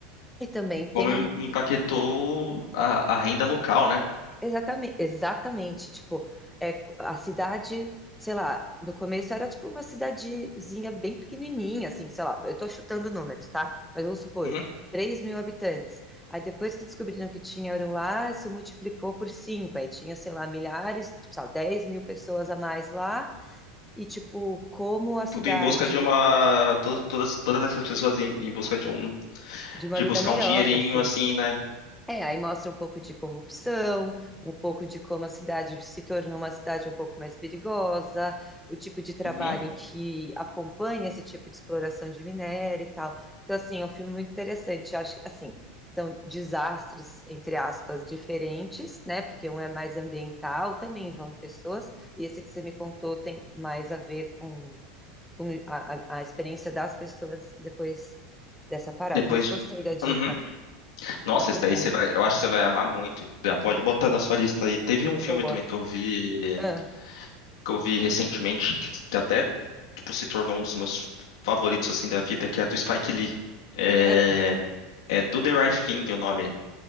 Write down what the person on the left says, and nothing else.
Como
empaquetou a, a renda local, né?
Uhum.
Tudo em busca de uma. to- Todas, todas essas pessoas em, em busca de um.
De
buscar
um dinheirinho,
assim, né?
Uhum.
Depois.
Uhum. Nossa,
esse daí
você vai, eu acho que você vai amar muito. hein? Já pode botar na sua lista aí. Teve um filme
também que eu vi,
que eu vi recentemente, que até tipo, se tornou um dos meus favoritos assim da vida, que é do Spike Lee. É,
é Do the Right Thing, o nome.